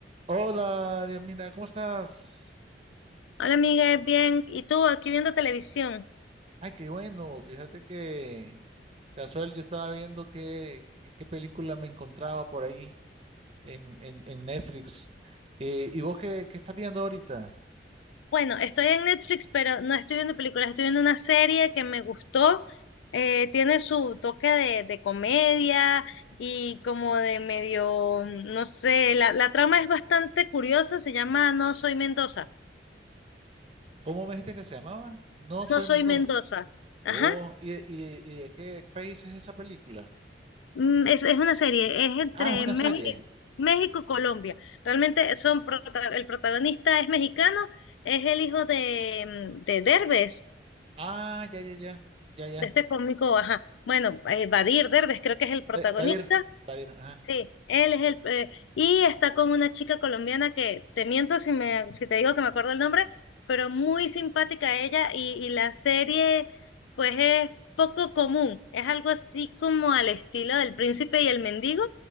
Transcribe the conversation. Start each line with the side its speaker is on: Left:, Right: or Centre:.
Right: Hola, Dios, mira, ¿cómo estás?
Left: Hola amiga, bien. ¿Y tú aquí viendo televisión?
Right: Ay, qué bueno. Fíjate que casual yo estaba viendo qué, qué, qué película me encontraba por ahí en, en, en Netflix. Eh, ¿y vos qué, qué estás viendo ahorita?
Left: Bueno, estoy en Netflix, pero no estoy viendo películas, estoy viendo una serie que me gustó. Eh, tiene su toque de, de comedia y como de medio, no sé, la, la trama es bastante curiosa, se llama No soy Mendoza.
Right: ¿Cómo me dijiste que se llamaba? No soy
Left: No soy
Right: Mendoza.
Left: Mendoza.
Right: Oh,
Left: Ajá.
Right: ¿y, y, y de qué país es esa película?
Left: Mm, Es, es una serie, es entre
Right: Ah, es una
Left: México
Right: serie.
Left: México y Colombia. Realmente son prota- el protagonista es mexicano, es el hijo de, mm, de Derbez.
Right: Ah, ya, ya, ya, ya, ya.
Left: de este cómico, ajá, bueno, eh, Badir Derbez creo que es el protagonista,
Right: Badir, Badir, ajá.
Left: sí, él es el, eh, y está con una chica colombiana que, te miento si me, si te digo que me acuerdo el nombre, pero muy simpática ella, y, y la serie, pues es poco común, es algo así como al estilo del príncipe y el mendigo,